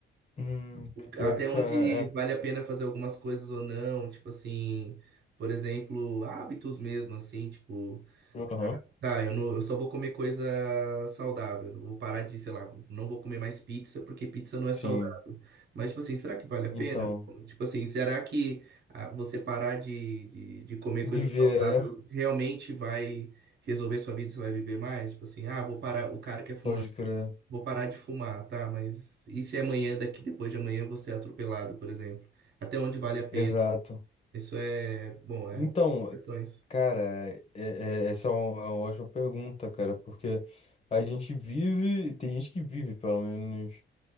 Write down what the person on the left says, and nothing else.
Hum,
pior
que
isso é. é-
Aham,
sim.
Então,
viver,
né?
Pode crer.
Exato.
Então,
cara, é- é- essa é um- é uma ótima pergunta, cara, porque a gente vive, tem gente que vive, pelo menos.